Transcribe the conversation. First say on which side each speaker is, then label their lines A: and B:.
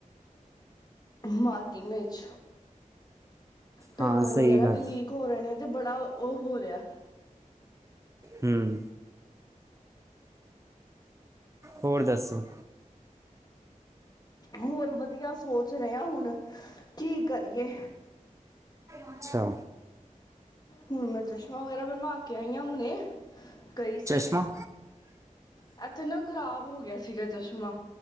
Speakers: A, on the left; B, on the right.
A: ਮਾਰਕਿੰਗ ਵਿੱਚ ਪੇਪਰ
B: ਹਾਂ ਸਹੀ
A: ਵਗੈਰਾ
B: ਗੱਲ
A: ਵੀ ਲੀਕ ਹੋ ਰਹੇ ਨੇ ਤੇ ਬੜਾ ਉਹ ਹੋ ਰਿਹਾ
B: ਹਮ ਹੋਰ ਦੱਸੋ
A: ਹੋਰ ਵਧੀਆ ਸੋਚ ਰਿਹਾ ਹੁਣ ਕੀ ਕਰੀਏ
B: ਅੱਛਾ
A: ਹੂਣ ਮੈ ਚਸ਼ਮਾਂ ਵਗੈਰਾ ਬਣਵਾ ਕੇ ਆਈਆਂ ਹੁਣੇ ਗਈ
B: ਚਸ਼ਮਾ
A: ਸੀ ਐ ਥੇ ਨਾ ਖ਼ਰਾਬ ਹੋ ਗਿਆ ਸੀਗਾ ਚਸ਼ਮਾ